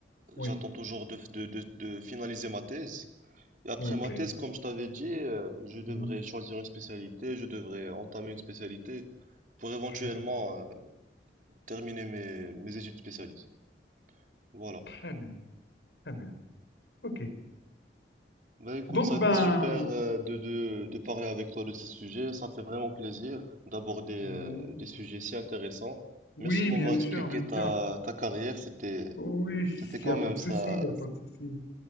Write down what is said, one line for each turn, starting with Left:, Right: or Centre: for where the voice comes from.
Left: oui,
Right: j'attends toujours de, de de de finaliser ma thèse. Et après
Left: ok.
Right: ma thèse, comme je t'avais dit, euh, je devrais
Left: Mhm.
Right: choisir une spécialité, je devrais entamer une spécialité pour éventuellement
Left: Très bien,
Right: euh, terminer mes, mes études spécialisées. Voilà.
Left: très bien, très bien. Ok.
Right: Bah écoute,
Left: Donc,
Right: ça a été
Left: ben,
Right: super euh, de, de, de parler avec toi de ces sujets. Ça fait vraiment plaisir d'aborder euh,
Left: oui,
Right: des sujets si intéressants.
Left: oui,
Right: Merci de m'avoir
Left: bien sûr,
Right: expliqué
Left: bien
Right: ta,
Left: sûr.
Right: ta carrière. C'était,
Left: Oui,
Right: c'était quand
Left: il n'y a
Right: même
Left: pas de
Right: ça,
Left: souci, il n'y a pas de souci.